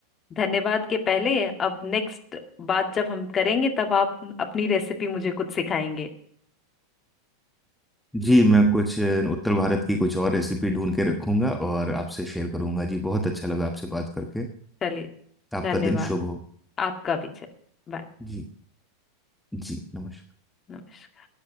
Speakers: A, on the left; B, in the centre.
A: धन्यवाद के पहले अब नेक्स्ट बात जब हम करेंगे तब आप अपनी रेसिपी मुझे कुछ सिखाएंगे
B: जी मैं कुछ अ, उत्तर भारत की कुछ और रेसिपी ढूंढ के रखूंगा और आपसे शेयर करूंगा जी बहुत अच्छा लगा आपसे बात करके
A: चलिए
B: आपका
A: धन्यवाद
B: दिन शुभ हो
A: आपका भी चलिए बाय
B: जी जी नमस्कार
A: नमस्कार